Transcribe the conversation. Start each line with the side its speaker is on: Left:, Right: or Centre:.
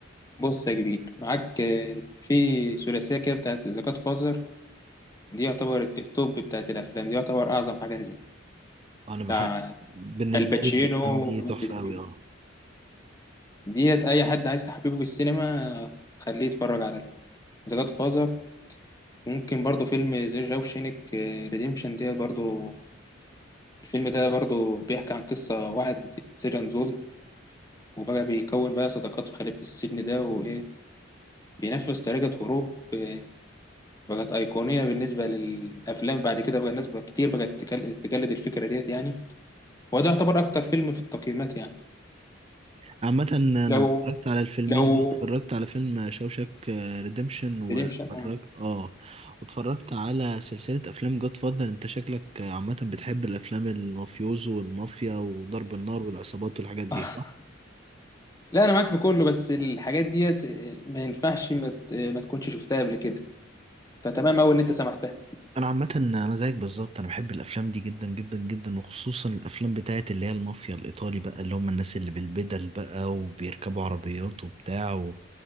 Left: بص يا كبير معاك آه، في ثلاثيه كده بتاعت ذا جاد فازر دي يعتبر التوب بتاعت الافلام دي يعتبر اعظم حاجه نزلت
Right: أنا بحب
Left: بتاع
Right: بالنسبة
Left: الباتشينو
Right: لي الأفلام دي
Left: والروبرت
Right: تحفة
Left: دي
Right: أوي أه
Left: ديت اي حد عايز تحببه في السينما خليه يتفرج على ذا جاد فازر ممكن برضو فيلم زي شاوشينك ريديمشن ديت برضو الفيلم ده برضو بيحكي عن قصة واحد سجن زول وبقى بيكون بقى صداقات في خلف السجن ده وإيه بينفذ طريقة هروب آه، بقت أيقونية بالنسبة للأفلام بعد كده بقى الناس بقى كتير بقت تكل- تجلد الفكرة ديت يعني وده يعتبر أكتر فيلم في التقييمات يعني
Right: عامة أنا
Left: لو
Right: اتفرجت على الفيلمين
Left: لو
Right: دول اتفرجت على فيلم شوشك آه، ريديمشن واتفرجت
Left: ريديمشن
Right: أه واتفرجت على سلسلة أفلام جود فاذر أنت شكلك آه، عامة بتحب الأفلام المافيوزو والمافيا وضرب النار والعصابات والحاجات دي
Left: <laughs>
Right: صح؟
Left: لا انا معاك في كله بس الحاجات ديت آه، ما ينفعش ما, ت- ما تكونش شفتها قبل كده فتمام قوي ان انت سمعتها
Right: انا عامه انا زيك بالظبط انا بحب الافلام دي جدا جدا جدا وخصوصا الافلام بتاعت اللي هي المافيا الايطالي بقى اللي هم الناس اللي بالبدل بقى وبيركبوا عربيات وبتاع و-